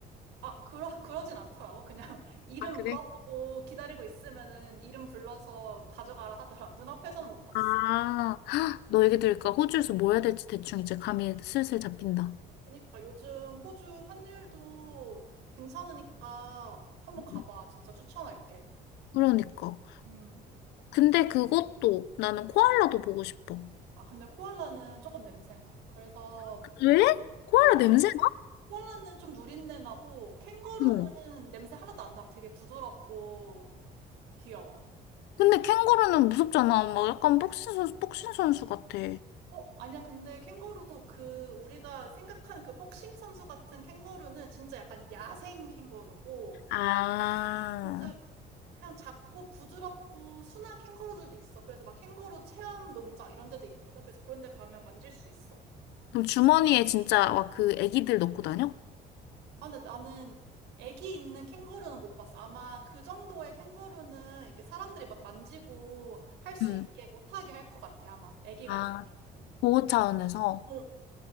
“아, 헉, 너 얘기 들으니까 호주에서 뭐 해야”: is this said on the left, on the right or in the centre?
Left